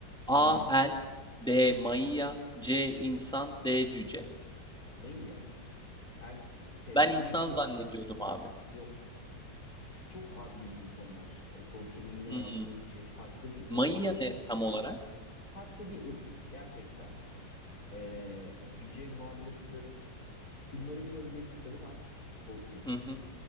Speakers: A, in the centre; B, on the left.
A: A.
B: Hmm.
A: Elf B. Maia C. İnsan D. Cüce.
B: Maya. Elf şey
A: Ben insan
B: büyücü.
A: zannediyordum abi.
B: Yok Şey, çok abi ilginç onlar. E, Tolkien'in yine
A: Hmm.
B: yaptığı bir şey. Farklı bir
A: Maia
B: ırk bu.
A: ne tam olarak?
B: Farklı bir ırk gerçekten. E, yüce varlıkların Silmarillion diye bir kitabı var Tolkien'in.
A: Hı hı,